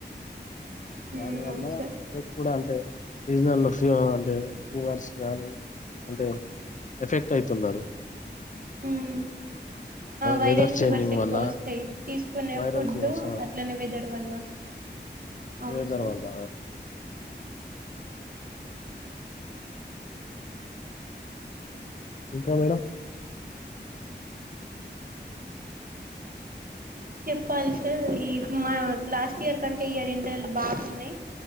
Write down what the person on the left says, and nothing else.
దానివల్ల
ఎఫెక్ట్ అంటే సీజనల్ ఫీ అంటే ఫీవర్స్ గానీ అంటే ఎఫెక్ట్ అయితున్నరు
వెదర్ చేంజింగ్
వల్ల
వైరల్
ఫీవర్స్
వెదర్
వల్ల ఇంకా మేడం